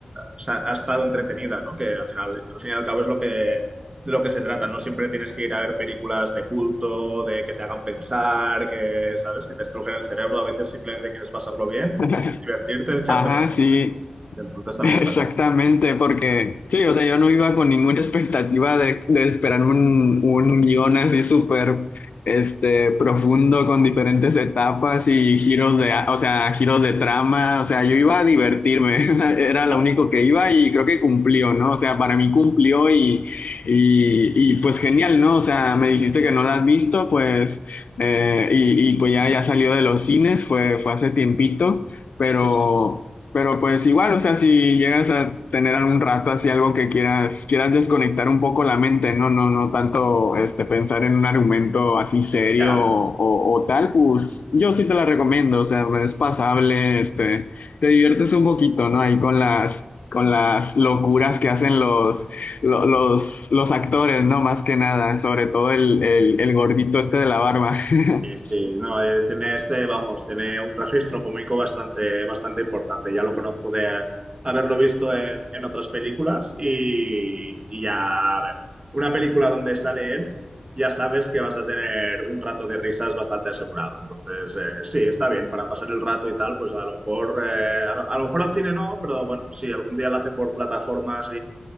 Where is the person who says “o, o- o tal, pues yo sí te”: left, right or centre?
Left